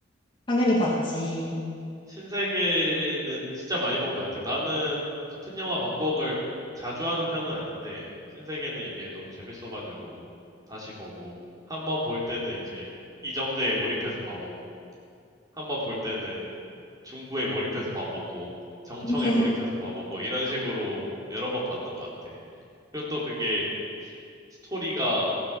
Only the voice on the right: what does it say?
신세계는 진짜 많이 본 것 같아. 나는 같은 영화 반복을 자주 하는 편은 아닌데 신세계는 이게 너무 재밌어가지고 다시 보고 한 번 볼 때는 이제 이정재에 몰입해서 봐보고 한 번 볼 때는 중구에 몰입해서 봐보고 정청에
몰입해서 봐보고 이런 식으로 여러 번 봤던 것 같아. 그리고 또 그게 스토리가